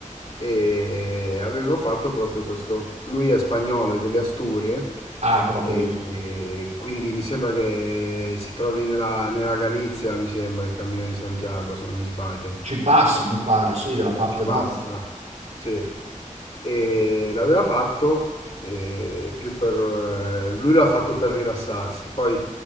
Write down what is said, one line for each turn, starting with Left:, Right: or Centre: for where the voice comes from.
Left: e aveva fatto proprio questo, lui è spagnolo, è delle Asturie
Right: Ah, è proprio
Left: e,
Right: di lì.
Left: e quindi mi sembra che si trovi nella, nella Galizia, mi sembra, il Cammino di Santiago, se non mi sbaglio.
Right: Ci passa, mi pare, sì, della parte
Left: Ci passa,
Right: nord.
Left: sì. e l'aveva fatto eh, più per eh, lui l'ha fatto per rilassarsi. Poi